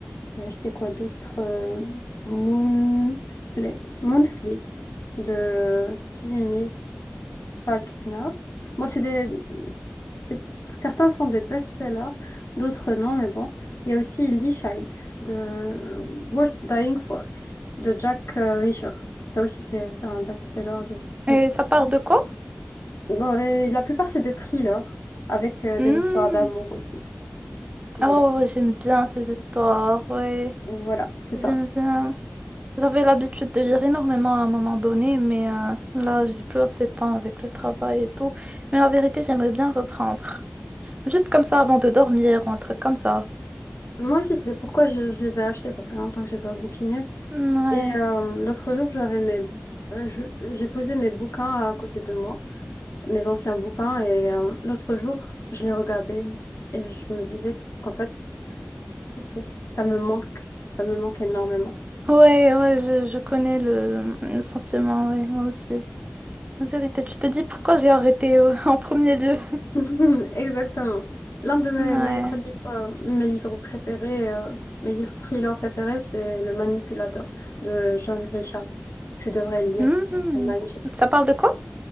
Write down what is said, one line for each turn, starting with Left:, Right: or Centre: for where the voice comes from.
Left: j'ai acheté quoi d'autre? Euh, Moonfle- Moonfleet de Jimmy. Pas le Knorr. Bon, c'est des... c'est- Certains sont des best-sellers, d'autres non, mais bon. Il y a aussi Lee Child de Worth Dying For de Jack euh, Reacher. Ça aussi, c'est c'est un best-seller de, de
Right: Et
Left: ce
Right: ça part
Left: moment.
Right: de quoi?
Left: Bon, et la plupart, c'est des thrillers avec euh,
Right: Hmm.
Left: des histoires d'amour aussi. Voilà.
Right: Oh, j'aime bien ces histoires, ouais.
Left: Voilà, c'est
Right: J'aime
Left: ça.
Right: bien. J'avais l'habitude de lire énormément à un moment donné, mais euh, là, j'ai plus assez de temps avec le travail et tout. Mais la vérité, j'aimerais bien reprendre. Juste comme ça avant de dormir ou un truc comme ça.
Left: Moi aussi, c'est pourquoi je, je les ai achetés. Ça fait longtemps que j'ai pas bouquiné.
Right: Ouais.
Left: Et euh, l'autre jour, j'avais mes, euh, je- j'ai posé mes bouquins à côté de moi, mes anciens bouquins. Et euh, l'autre jour, je les regardais et je me disais qu'en fait, ça ça me manque, ça me manque énormément.
Right: Ouais, ouais, je, je connais le, le sentiment, ouais, moi aussi. En vérité, tu te dis pourquoi j'ai arrêté euh, <laughs> en premier lieu.
Left: <laughs> Exactement. L'un de mes
Right: Ouais.
Left: meilleurs livres, euh, mes livres préférés, euh, mes livres thrillers préférés, c'est Le Manipulateur de John Grisham. Tu devrais le lire,
Right: Mhm.
Left: c'est c'est magnifique.
Right: Ça parle de quoi?